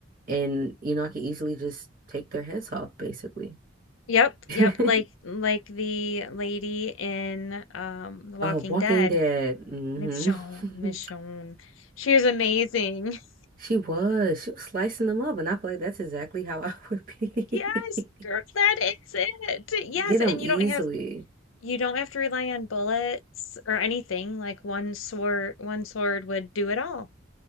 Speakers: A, on the right; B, on the left.
A: And you know, I can easily just take their heads off, basically.
B: Yep, yep,
A: <laughs>
B: like like the lady in um The Walking
A: Uh, Walking
B: Dead
A: Dead. hmm
B: Michonne,
A: <laughs>
B: Michonne. She is amazing. <laughs>
A: She was. She was slicing them up, and I feel like that's exactly how I would be.
B: Yes, girl, that is it. Yes,
A: <laughs> Get
B: and
A: them easily.
B: you don't have you don't have to rely on bullets or anything. Like one sword, one sword would do it all.